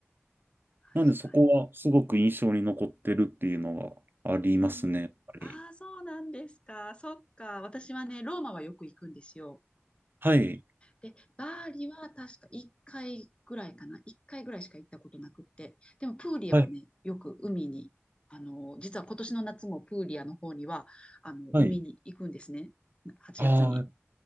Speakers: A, on the left; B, on the right.
A: 確かに。
B: なんでそこはすごく印象に残ってるっていうのがありますね、
A: うーん。
B: やっぱり。
A: ああ、そうなんですか。そっか。私はね、ローマはよく行くんですよ。
B: はい。
A: で、バーリは確か1回ぐらいかな。1回ぐらいしか行ったことなくって。でも、プーリアはね、
B: はい。
A: よく海に、あの、実は今年の夏もプーリアの方には、あの、
B: はい。
A: 海に行くんですね。8月に。
B: ああ、